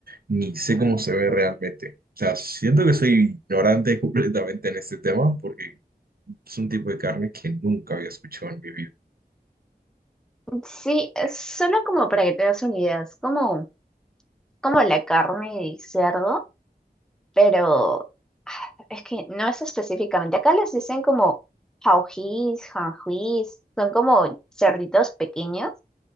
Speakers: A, on the right; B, in the centre.
A: ni sé cómo se ve realmente. O sea, siento que soy ignorante <laughs> completamente en este tema, porque es un tipo de carne que nunca había escuchado en mi vida.
B: Sí, es solo como para que te des una idea, es como, como la carne de cerdo pero ah, es que no es específicamente. Acá les dicen como jaujíes, janjuís, son como cerditos pequeños,